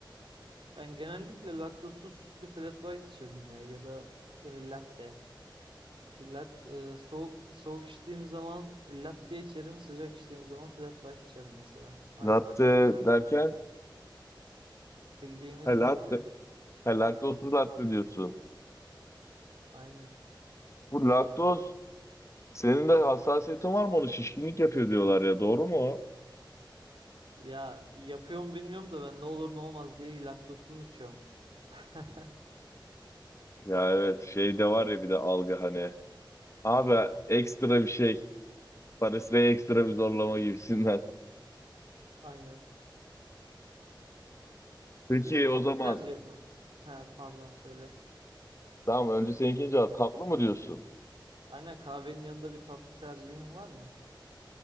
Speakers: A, on the right (about 85°); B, on the left (about 35°).
A: Ben genellikle laktozsuz sütlü flat white içerim ya ya da e, latte. Lat, e, soğuk soğuk içtiğim zaman latte içerim, sıcak içtiğim zaman flat white içerim mesela.
B: Latte
A: Ice latte içerim.
B: derken
A: Bildiğimiz
B: Ha,
A: latte.
B: latte Ha, laktozsuz latte diyorsun.
A: Aynen.
B: Bu laktoz senin de hassasiyetin var mı onu şişkinlik yapıyor diyorlar ya doğru mu o?
A: Ya yapıyor mu bilmiyorum da ben ne olur ne olmaz diye laktozsuz içiyorum. <laughs>
B: Ya evet şey de var ya bir de algı hani. Abi ekstra bir şey. Paris'e ekstra bir zorlama gibisinden.
A: Aynen.
B: <laughs> Peki
A: Peki bir tatlı
B: o zaman
A: tercih... Ha, pardon söyle.
B: tamam önce seninkini cevap tatlı mı diyorsun?
A: Aynen kahvenin yanında bir tatlı tercihin var mı?